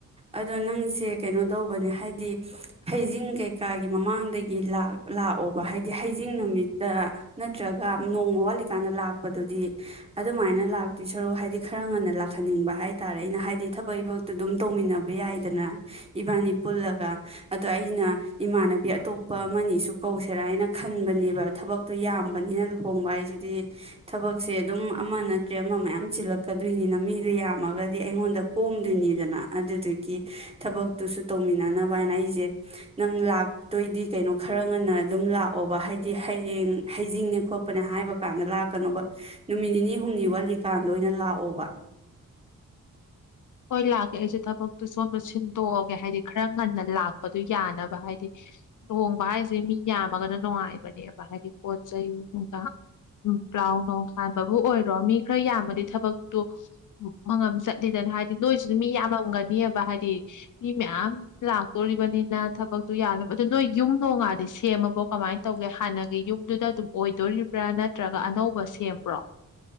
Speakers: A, on the right (about 15°); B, on the left (about 65°).
A: ꯑꯗꯣ ꯅꯪꯁꯦ ꯀꯩꯅꯣ ꯇꯧꯕꯅꯦ ꯍꯥꯏꯗꯤ ꯍꯩꯖꯤꯡ ꯀꯩꯀꯥꯒꯤ ꯃꯃꯥꯡꯗꯒꯤ ꯂꯥꯛꯑꯣꯕ ꯍꯥꯏꯗꯤ ꯍꯩꯖꯤꯡ ꯅꯨꯃꯤꯠꯇ ꯅꯠꯇ꯭ꯔꯒ ꯅꯣꯡ ꯋꯥꯠꯂꯤꯀꯥꯟꯗ ꯂꯥꯛꯄꯗꯨꯗꯤ ꯑꯗꯨꯃꯥꯏꯅ ꯂꯥꯛꯇꯤ ꯁꯔꯨꯛ ꯍꯥꯏꯗꯤ ꯈꯔ ꯉꯟꯅ ꯂꯥꯛꯍꯟꯅꯤꯡꯕ ꯍꯥꯏꯔꯦ ꯍꯥꯏ ꯇꯥꯔꯦ ꯑꯩꯅ ꯍꯥꯏꯗꯤ ꯊꯕꯛ ꯏꯕꯛꯇꯣ ꯑꯗꯨꯝ ꯇꯧꯃꯤꯟꯅꯕ ꯌꯥꯏꯗꯅ ꯏꯕꯥꯅꯤ ꯄꯨꯜꯂꯒ ꯑꯗꯣ ꯑꯩꯅ ꯏꯃꯥꯟꯅꯕꯤ ꯑꯇꯣꯞꯄ ꯑꯃꯅꯤꯁꯨ ꯀꯧꯁꯦꯔꯥ ꯍꯥꯏꯅ ꯈꯟꯕꯅꯦꯕ ꯊꯕꯛꯇꯣ ꯌꯥꯝꯕꯅꯤꯅ ꯂꯨꯍꯣꯡꯕ ꯍꯥꯏꯁꯤꯗꯤ ꯊꯕꯛꯁꯦ ꯑꯗꯨꯝ ꯑꯃ ꯅꯠꯇ꯭ꯔꯦ ꯑꯃ ꯃꯌꯥꯝ ꯆꯤꯜꯂꯛꯀꯗꯣꯏꯅꯤꯅ ꯃꯤꯗꯣ ꯌꯥꯝꯃꯒ ꯍꯥꯏꯗꯤ ꯑꯩꯉꯣꯟꯗ ꯀꯣꯝꯗꯣꯏꯅꯤꯗꯅ ꯑꯗꯨꯗꯨꯒꯤ ꯊꯕꯛꯇꯨꯁꯨ ꯇꯧꯃꯤꯟꯅꯅꯕ ꯍꯥꯏꯅ ꯑꯩꯁꯦ ꯅꯪ ꯂꯥꯛꯇꯣꯏꯗꯤ ꯀꯩꯅꯣ ꯈꯔ ꯉꯟꯅ ꯑꯗꯨꯝ ꯂꯥꯛꯑꯣꯕ ꯍꯥꯏꯗꯤ ꯍꯌꯦꯡ ꯍꯩꯖꯤꯡꯅꯦ ꯈꯣꯠꯄꯅꯦ ꯍꯥꯏꯕ ꯀꯥꯟꯗ ꯂꯥꯛꯀꯅꯣꯕ ꯅꯨꯃꯤꯠ ꯅꯤꯅꯤ ꯍꯨꯝꯅꯤ ꯋꯥꯠꯂꯤꯀꯥꯟꯗ ꯑꯣꯏꯅ ꯂꯥꯛꯑꯣꯕ
B: ꯍꯣꯏ ꯂꯥꯛꯀꯦ ꯑꯩꯁꯦ ꯊꯕꯛꯇꯨ ꯁꯣꯟꯕ ꯁꯤꯟꯗꯣꯛꯑꯒꯦ ꯍꯥꯏꯗꯤ ꯈꯔ ꯉꯟꯅ ꯂꯥꯛꯄꯗꯨꯣ ꯌꯥꯅꯕ ꯍꯥꯏꯗꯤ ꯂꯨꯍꯣꯡꯕ ꯍꯥꯏꯁꯦ ꯃꯤ ꯌꯥꯝꯃꯒꯅ ꯅꯨꯡꯉꯥꯏꯕꯅꯦꯕ ꯍꯥꯏꯗꯤ ꯄꯣꯠ ꯆꯩꯩ ꯅꯨꯡ ꯄ꯭ꯂꯥꯎ ꯅꯨꯡ ꯍꯥꯟꯕꯕꯨ ꯑꯣꯏꯔꯣ ꯃꯤ ꯈꯔ ꯌꯥꯝꯕꯗꯤ ꯊꯕꯛꯇꯨ ꯃꯉꯝ ꯆꯠ ꯂꯤꯗꯅ ꯍꯥꯏꯗꯤ ꯅꯣꯏꯁꯨꯗꯤ ꯃꯤ ꯌꯥꯝꯃꯝꯒꯅꯤꯕ ꯍꯥꯏꯗꯤ ꯃꯤ ꯃꯌꯥꯝ ꯂꯥꯛꯇꯣꯔꯤꯕꯅꯤꯅ ꯊꯕꯛꯇꯣ ꯌꯥꯅꯕ ꯑꯗꯨꯗ ꯅꯣꯏ ꯌꯨꯝ ꯅꯣꯡꯉꯥꯗꯤ ꯁꯦꯝꯃꯕꯣ ꯀꯃꯥꯏꯅ ꯇꯧꯒꯦ ꯍꯥꯟꯅꯒꯤ ꯌꯨꯝꯗꯨꯗ ꯑꯗꯨꯝ ꯑꯣꯏꯗꯣꯔꯤꯕ꯭ꯔꯥ ꯅꯠꯇ꯭ꯔꯒ ꯑꯅꯧꯕ ꯁꯦꯝꯕ꯭ꯔꯣ